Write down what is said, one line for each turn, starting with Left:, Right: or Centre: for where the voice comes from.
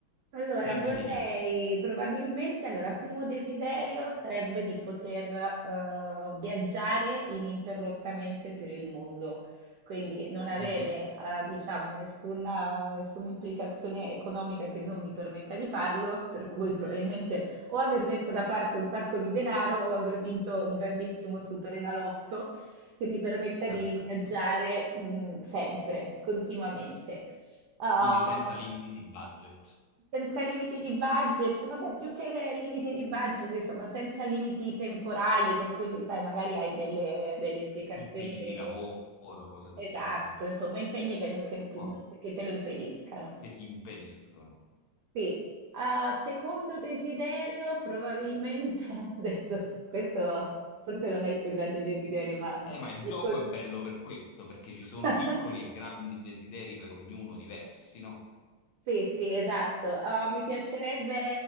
Right: Allora,
Left: Sentiti
Right: vorrei
Left: libero.
Right: probabilmente, allora, primo desiderio sarebbe di poter eh, viaggiare ininterrottamente per il mondo, quindi non avere,
Left: Mhm,
Right: eh, diciamo, nessuna, nessuna implicazione economica che non mi permetta di farlo, per cui probabilmente o aver messo da parte un sacco di denaro o aver vinto un grandissimo superenalotto che mi permetta
Left: Perfetto.
Right: di viaggiare, mm, sempre, continuamente. Ehm,
Left: Quindi senza limiti di budget.
Right: senza limiti di budget, ma sai, più che eh, limiti di budget, insomma, senza limiti temporali, che quindi, sai, magari hai delle, delle implicazioni
Left: impegni
Right: de-
Left: di lavoro, cose del
Right: Esatto,
Left: genere, perfetto.
Right: insomma, impegni che, non- che- che
Left: Qua,
Right: non- che te lo impediscano.
Left: che ti impediscono.
Right: Sì. Ah, secondo desiderio, probabilmente, <laughs> adesso, questo forse non è il più grande desiderio, ma
Left: Eh, ma il
Right: lo
Left: gioco
Right: col-
Left: è bello per questo, perché ci
Right: <laughs>
Left: sono piccoli e grandi desideri per ognuno diversi, no?
Right: Sì, sì, esatto. Ah, mi piacerebbe,